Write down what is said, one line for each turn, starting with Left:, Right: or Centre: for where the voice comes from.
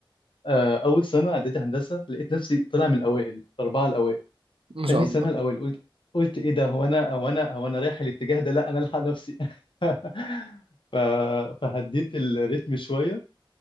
Left: آه، اول سنه اعدادي هندسه لقيت نفسي طلع من الاوائل الاربعه الاوائل
Right: ما شاء
Left: تاني
Right: الله
Left: سنه الاوائل قلت قلت ايه ده هو انا هو انا هو انا رايح الاتجاه ده لا انا الحق نفسي <laughs> ف... فهديت الريتم شويه